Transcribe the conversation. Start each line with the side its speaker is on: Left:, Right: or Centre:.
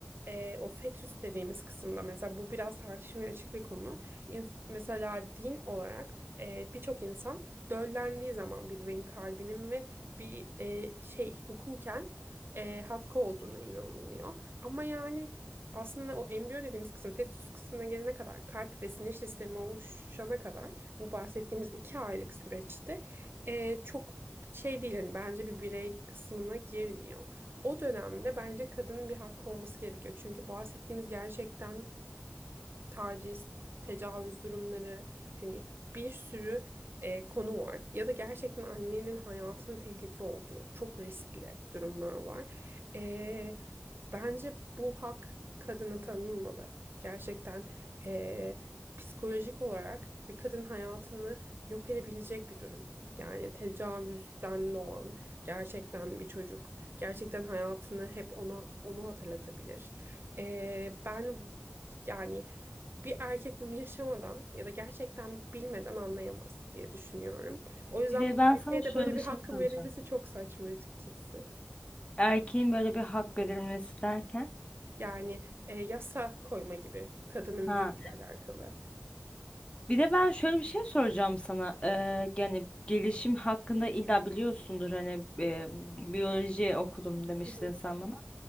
Right: e, o fetüs dediğimiz kısımda mesela bu biraz tartışmaya açık bir konu. İns- mesela din olarak e, birçok insan döllendiği zaman bir bebeğin kalbinin ve bir e, şey hukuken e, hakkı olduğuna inanılıyor. Ama yani aslında o embriyo dediğimiz kısım fetüs kısmına gelene kadar kalp ve sinir sistemi oluşana kadar bu bahsettiğimiz iki aylık süreçte e, çok şey değil hani bence bir birey kısmına girmiyor. O dönemde bence kadının bir hakkı olması gerekiyor. Çünkü bahsettiğimiz gerçekten taciz, tecavüz durumları hani bir sürü e, konu var. Ya da gerçekten annenin hayatının tehlike olduğu çok riskli durumlar var. E, bence bu hak kadına tanınmalı. Gerçekten e, psikolojik olarak bir kadın hayatını yok edebilecek bir durum. Yani tecavüzden doğan gerçekten bir çocuk gerçekten hayatını hep ona onu hatırlatabilir. E, ben yani bir erkek bunu yaşamadan ya da gerçekten bilmeden anlayamaz diye düşünüyorum. O yüzden
Left: Bir de ben sana
Right: erkeğe
Left: şöyle
Right: de böyle
Left: bir
Right: bir
Left: şey
Right: hakkın
Left: söyleyeceğim.
Right: verilmesi çok saçma açıkçası.
Left: Erkeğin böyle bir hak verilmesi derken.
Right: Yani e, yasa koyma gibi kadının
Left: Ha.
Right: vücuduyla alakalı.
Left: Bir de ben şöyle bir şey soracağım sana. Ee, yani gelişim hakkında illa biliyorsundur hani e, biyoloji okudum demiştin
Right: Hı hı.
Left: sen bana.